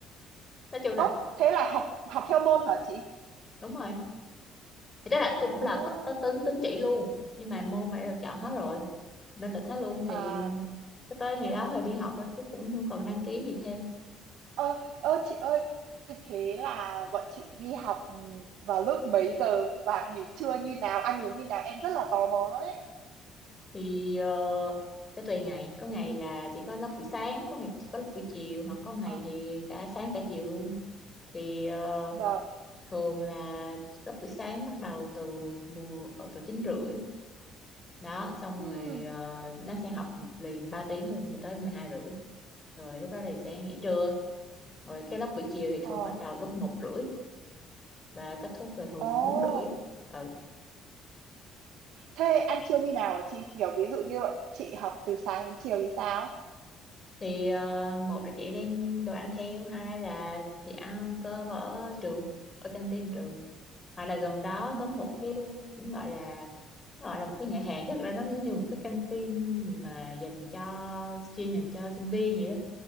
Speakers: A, on the left; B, on the right.
A: nói chung là
B: ố thế là học học theo môn hả chị
A: đúng rồi thì tức là cũng
B: ồ
A: là có tính tín chỉ luôn nhưng mà môn mà đã được chọn hết rồi nên lịch hết luôn thì
B: à
A: cứ tới ngày đó thì đi học thôi chứ cũng không còn đăng ký gì thêm
B: ơ ơ chị ơi thế là bọn chị đi học ừ, vào lúc mấy giờ và nghỉ trưa như nào ăn uống như nào em rất là tò mò đó đấy
A: thì ờ, sẽ tùy ngày có ngày là chỉ có lớp buổi sáng có ngày chỉ có lớp buổi chiều hoặc có ngày
B: à
A: thì cả sáng cả chiều luôn thì ờ,
B: vâng
A: thường là lớp buổi sáng bắt đầu từ mùa ờ, từ chín rưỡi đó xong
B: ừ
A: rồi ờ, nó sẽ học liền 3 tiếng luôn thì tới 12 rưỡi rồi lúc đó thì sẽ nghỉ trưa rồi cái lớp buổi chiều thì thường
B: Ờ,
A: bắt đầu lúc một rưỡi và kết thúc là thường
B: ồ.
A: bốn rưỡi ừ.
B: Thế ăn trưa như nào hả chị? Kiểu ví dụ như bọn chị học từ sáng đến chiều thì sao?
A: thì ờ, một là chị đem đồ ăn theo hai là chị ăn cơm ở trường ở canteen trường hoặc là gần đó
B: Ừ.
A: có một cái cũng gọi là nó gọi là một cái nhà hàng chứ thực ra nó giống như một cái canteen mà dành cho chuyên dành cho sinh viên vậy đó